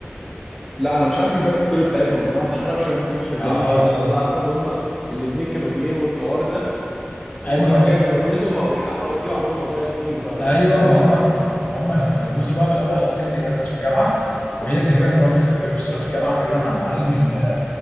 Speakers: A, in the centre; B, on the left (about 35°).
A: لا أنا مش عارف الباك ستوري بتاعتهم بصراحة <laughs> ما أعرفش هما كانوا شغالين
B: اه
A: إيه أنا اللي أعرف إن هما الاتنين كانوا بيهوا الحوار ده وبعد
B: ايوه ايوه
A: كده اتجوزوا بقوا بيحققوا فيه وعندهم قضايا كتير بقى
B: ايوه
A: وكده ده
B: ما
A: اللي أعرفه
B: هم ما هم لما اتجوزوا بقى في الاول هو كان بيدرس في الجامعه وهي تقريبا برضو كانت بروفيسوره في الجامعه تقريبا عن علم ال...